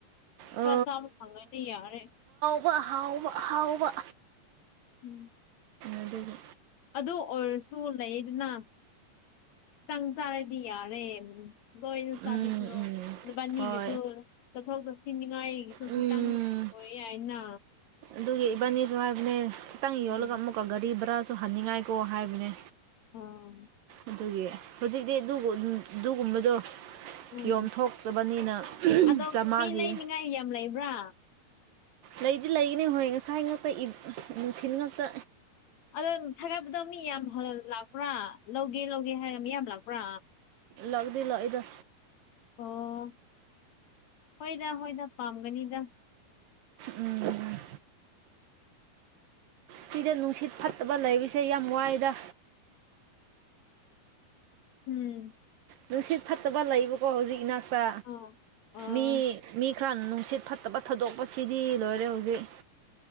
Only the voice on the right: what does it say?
ꯑ
ꯋꯥ ꯋꯥ ꯍꯥꯎ ꯋꯥ ꯍꯥꯎ ꯋꯥ
ꯑꯗꯨ
ꯎꯝ ꯎꯝ
ꯍꯣꯏ
ꯎꯝ
ꯑꯗꯨꯒꯤ ꯏꯕꯥꯅꯤꯁꯨ ꯍꯥꯏꯕꯅꯦ ꯈꯤꯇꯪ
ꯌꯣꯜꯂꯒ ꯑꯃꯨꯛꯀ ꯒꯥꯔꯤ ꯚꯔꯥꯁꯨ ꯍꯟꯅꯤꯡꯉꯥꯏꯀꯣ ꯍꯥꯏꯕꯅꯦ
ꯑꯗꯨꯒꯤ ꯍꯧꯖꯤꯛꯇꯤ ꯑꯗꯨꯒꯨꯝꯕꯗꯣ
ꯌꯣꯝꯊꯣꯛꯇꯕꯅꯤꯅ
ꯆꯥꯝꯃꯉꯥꯒꯤ
ꯂꯩꯗꯤ ꯂꯩꯒꯅꯤ ꯍꯣꯏ ꯉꯁꯥꯏ ꯉꯥꯛꯇ ꯅꯨꯡꯊꯤꯜ ꯉꯥꯛꯇ
ꯂꯛꯗꯤ ꯂꯣꯏꯗ
ꯎꯝ ꯁꯤꯗ ꯅꯨꯡꯁꯤꯠ ꯐꯠꯇꯕ ꯂꯩꯔꯤꯁꯦ ꯌꯥꯝ ꯋꯥꯏꯗ
ꯅꯨꯡꯁꯤꯠ ꯐꯠꯇꯕ ꯂꯩꯕꯀꯣ ꯍꯧꯖꯤꯛ ꯏꯅꯥꯛꯇ
ꯃꯤ ꯃꯤ ꯈꯔ ꯅꯨꯡꯁꯤꯠ ꯐꯠꯇꯕ ꯊꯥꯗꯣꯛꯄꯁꯤꯗꯤ ꯂꯣꯏꯔꯦ ꯍꯧꯖꯤꯛ